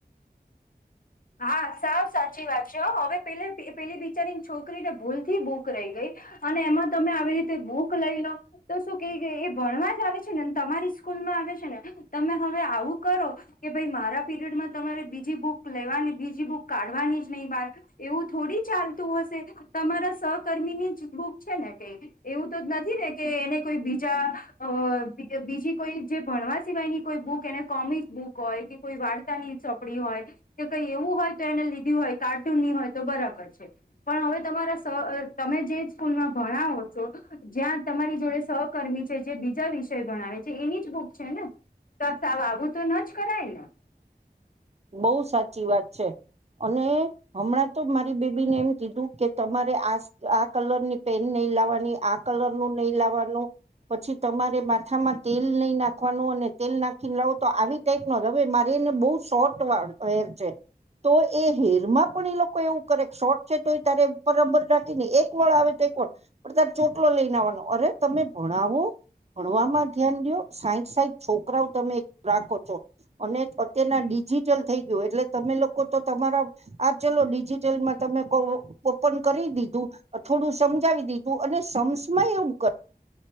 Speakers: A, on the left (about 55°); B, on the right (about 40°).
A: હા સાવ સાચી વાત છે હવે પે પેલી બિચારીની છોકરીને ભૂલ થી બુક રહી ગઈ અને એમાં તમે આવી રીતે બુક લઈ લો તો શું કઈ ગય એ ભણવા જ આવે છે ને તમારી સ્કૂલ માં આવે છે ને તમે હવે આવું કરો કે ભાઈ મારા પીરિયડમાં તમારે બીજી બુક લેવાની બીજી બુક કાઢવાની જ નહી વાર એવું થોડી ચાલતું હશે તમારા સહકર્મી ની જ બુક છે ને કઈ એવું તો નથી ને કે એને કોઈ બીજા બીજી કોઈ જે ભણવા સિવાય ની કોઈ બુક એને કોમિક બુક હોય કે કોઈ વાર્તાની ચોપડી હોય કઈ એવું હોય તો એને લીધું હોય કાર્ટૂનની હોય તો બરાબર છે પણ હવે તમારા સ તમે જે સ્કૂલમાં ભણાવો છો જ્યાં તમારી જોડે સહકર્મી છે જે બીજા વિષય ભણાવે છે એની જ બુક છે ને તો સા આવબું તો ન જ કરાય ને
B: બહુ સાચી વાત છે અને હમણાં તો મારી બેબીને એમ કીધું કે તમારે આ આ કલરની પેન નહી લાવવાની આ કલર નું નહી લાવવાનું પછી તમારે માથામાં તેલ નહી નાખવાનું અને તેલ નાખી લાવો તો આવી ટાઈપ નો હવે એને બહુ શોટ હેર છે તો એ હેરમાં પણ એ લોકો એવું કરે શોટ છે તો એ તારે ઉપરબર રાખી નને એક વાળ આવે તો એક વ પણ તારે ચોટલો લઈનેવાનો અરે તમે ભણાવો ભણવામાં ધ્યાન દો સાઠ સાઈઠ છોકરાઓ તમે રાખો છો અને અત્યારે ડિજિટલ થઈ ગયું એટલે તમે લોકો તો તમારા આ ચલો ડિજિટલમાં તમે ઓપન કરી દીધું થોડું સમજાવી દીધું અને સમસમાં એવું કર